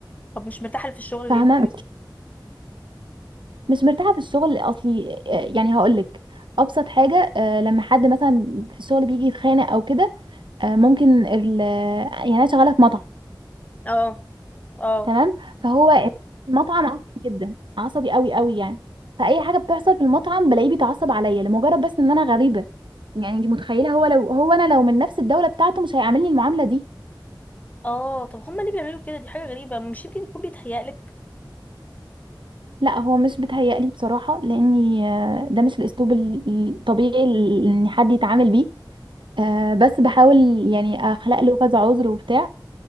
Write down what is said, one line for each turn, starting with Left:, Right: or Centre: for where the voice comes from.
Left: طب مش مرتاحه في الشغل
Right: فاهمة
Left: ليه طيب
Right: مش مرتاحة في الشغل اصلي آه يعني هقولك ابسط حاجة آه لما حد مثلا في الشغل بيجي يتخانق او كده آه، ممكن ال... يعني انا شغاله في مطعم
Left: اه اه
Right: تمام فهو المطعم عصبي جدا عصبي قوي قوي يعني فاي حاجه بتحصل في المطعم بلاقيه بيتعصب عليا لمجرد بس ان انا غريبه يعني انت متخيله هو لو هو انا لو من نفس الدوله بتاعته مش هيعاملني المعامله دي
Left: اه طب هم ليه بيعملوا كده دي حاجه غريبه مش يمكن يكون بيتهيألك
Right: لا هو مش بيتهيألي بصراحه لاني آه، ده مش الاسلوب ال- الطبيعي ال- ان حد يتعامل بيه آه، بس بحاول يعني اخلق له كذا عذر وبتاع